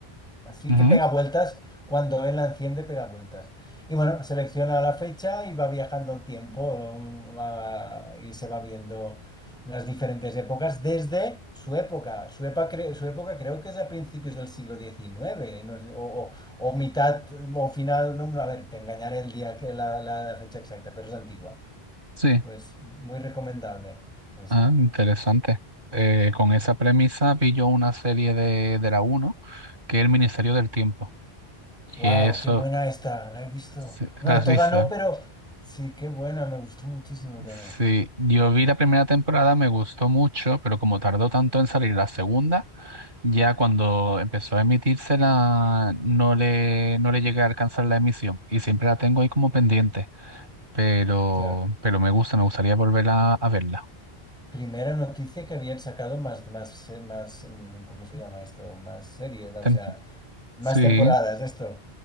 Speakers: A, in the centre; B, on the right (about 55°).
A: Así
B: ujú,
A: que pega vueltas, cuando él la enciende, pega vueltas. Y bueno, selecciona la fecha y va viajando el tiempo, um, a- y se va viendo las diferentes épocas desde su época. Su época, cre- su época creo que es a principios del siglo XIX, no sé, o, o- o mitad o final, no, no, a ver, te engañaré el día que la, la fecha exacta, pero es antigua.
B: Sí.
A: Pues muy recomendable esta.
B: Ah, interesante. Eh, con esa premisa vi yo una serie de, de la uno que es El Ministerio del Tiempo. Y
A: ¡Wow!
B: eso,
A: ¡Qué buena esta! La he visto.
B: sí,
A: Bueno,
B: ¿la has
A: toda
B: visto?
A: no, pero sí, qué buena, me gustó muchísimo también.
B: Sí, yo vi la primera temporada, me gustó mucho, pero como tardó tanto en salir la segunda, ya cuando empezó a emitírsela, no le, no le llegué a alcanzar la emisión. Y siempre la tengo ahí como pendiente. Pero,
A: Hostia,
B: pero me gusta, me gustaría volver a, a verla.
A: primera noticia que habían sacado más, más, más, mm, ¿cómo se llama esto? Más serie, o
B: Tem-
A: sea, más
B: sí,
A: temporadas de esto.